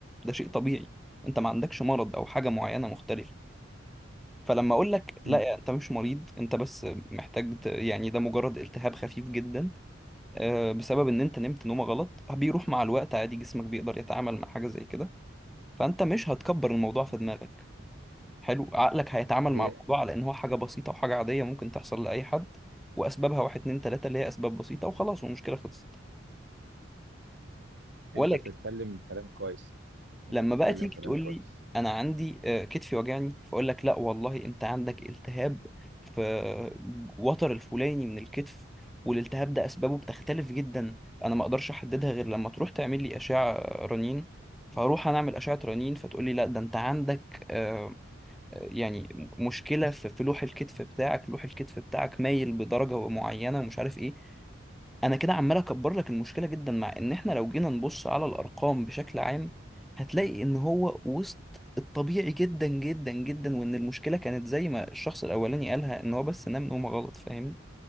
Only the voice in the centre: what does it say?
ده شيء طبيعي انت ما عندكش مرض او حاجه معينه مختلفه فلما اقول لك
لا انت مش مريض انت بس محتاج ت- يعني ده مجرد التهاب خفيف جدا آه، بسبب ان انت نمت نومه غلط بيروح مع الوقت عادي جسمك بيقدر يتعامل مع حاجه زي كده فانت مش هتكبر الموضوع في
دماغك حلو عقلك هيتعامل
مع الموضوع على ان هو حاجه بسيطه وحاجه عاديه ممكن تحصل لاي حد واسبابها واحد اتنين تلاته اللي هي اسباب بسيطه وخلاص والمشكله خلصت
ولكن
لما
بقى تيجي
تقول
لي انا عندي آه، كتفي وجعني فاقول لك لا والله انت عندك التهاب في وتر الفلاني من الكتف والالتهاب ده اسبابه بتختلف جدا انا ما اقدرش احددها غير لما تروح تعمل لي اشعه آه، رنين فاروح انا اعمل اشعه رنين فتقول لي لا ده انت عندك آه، يعني مشكله في في لوح الكتف بتاعك لوح الكتف بتاعك مايل بدرجه معينه ومش عارف ايه انا كده عمال اكبر لك المشكله جدا مع ان احنا لو جينا نبص على الارقام بشكل عام هتلاقي ان هو وسط الطبيعي جدا جدا جدا وان المشكله كانت زي ما الشخص الاولاني قالها ان هو بس نام نومه غلط فاهم